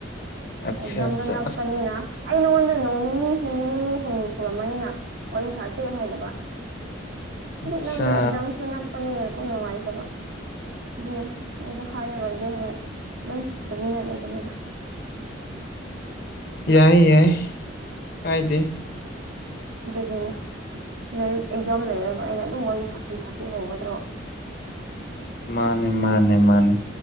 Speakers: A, on the left; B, on the right.
A: ꯑꯆꯥ
B: ꯑꯦꯛꯖꯥꯝꯅ
A: ꯑꯆꯥ
B: ꯅꯛꯄꯅꯤꯅ
A: ꯑꯁ
B: ꯑꯩ ꯅꯉꯣꯟꯗ ꯅꯣꯡ ꯅꯤꯅꯤ ꯅꯨꯃꯤꯠ ꯅꯤꯅꯤ ꯍꯨꯝꯅꯤ ꯁꯨꯔꯝꯃꯅꯤꯅ ꯋꯥꯔꯤ ꯁꯥꯠꯁꯦ ꯍꯥꯏꯗꯕ
A: ꯑꯠꯆꯥ
B: ꯅꯪ ꯑꯦꯛꯖꯝ ꯁꯅ ꯄꯅꯤꯅ ꯀꯨꯝ ꯅꯨꯡꯉꯥꯏꯇꯕ ꯑꯗꯨꯒꯤ ꯑꯩꯗꯣ ꯍꯥꯏꯔꯔꯣꯏꯒꯦ ꯍꯥꯏꯅ ꯑꯗꯨꯝ ꯇꯨꯃꯤꯟꯅ ꯂꯩꯕꯅꯤꯗ꯫
A: ꯌꯥꯏ ꯌꯥꯏ ꯀꯥꯏꯗꯦ
B: ꯑꯗꯨꯅꯤꯅ ꯂꯥꯏꯔꯤꯛ ꯑꯦꯛꯖꯥꯝ ꯂꯩꯔꯒ ꯑꯩꯅ ꯑꯗꯨꯝ ꯋꯥꯔꯤ ꯁꯥꯁꯤ ꯁꯥꯁꯤ ꯍꯧꯒꯗ꯭ꯔꯣ꯫
A: ꯃꯥꯅꯦ ꯃꯥꯅꯦ ꯃꯥꯅꯦ